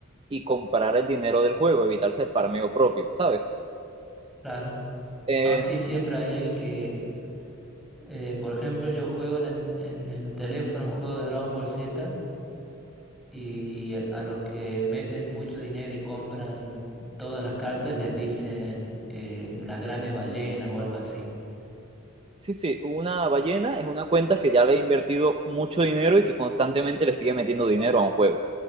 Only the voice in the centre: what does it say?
claro.
Ah, sí, siempre hay alguien que, eh, por ejemplo, yo juego en el, en el teléfono un juego de Dragon Ball Z Y el- a los que meten mucho dinero y compran todas las cartas les dicen eh, las grandes ballenas o algo así.